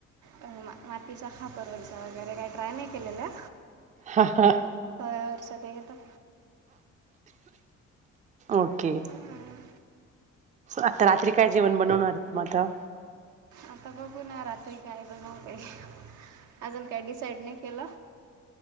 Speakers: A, on the right; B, on the right.
A: अ मातीचा खापरचा वगैरे काही ट्राय नाही केलेला.
B: हा हा
A: तव्यावर साद्या येतात
B: ओके.
A: हम्म.
B: आता रात्री काय जेवण बनवणार? म आता.
A: आता बघू ना रात्री काय बनव काही अजून काय डिसाईड नाही केलं.